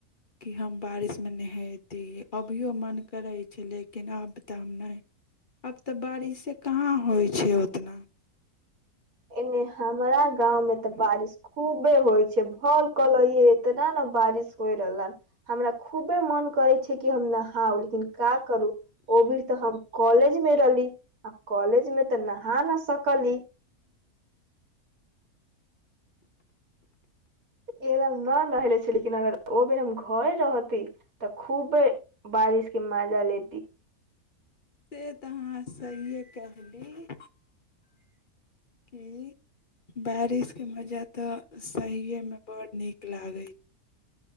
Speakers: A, on the left; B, on the right.
A: कि हम बारिशमे नहैती अभियो मन करै छै कि हम बारिश में नहैती लेकिन आब तऽ हम नै आब
B: अब
A: तऽ बारिशे
B: बारिश
A: कहाँ होइ छै ओतना।
B: एने हमरा गाँव मे तऽ बारिश खूबे होइ छै भल कलैये एतना न बारिश होइ रहलन हमरा खूबे मन करै छै कि हम नहाउ लेकिन का करू ओ बीर तऽ हम कॉलेज मे रहली आ कॉलेज में तऽ नहा न सकली। <unintelligible> न नहैले छी लेकिन अगर ओ बेर हम घरे रहती तऽ खूबे बारिश के मजा ले
A: से तऽ अहाँ सहिए केहली। की बारिशके मजा तऽ सहिए मे बड नीक लागै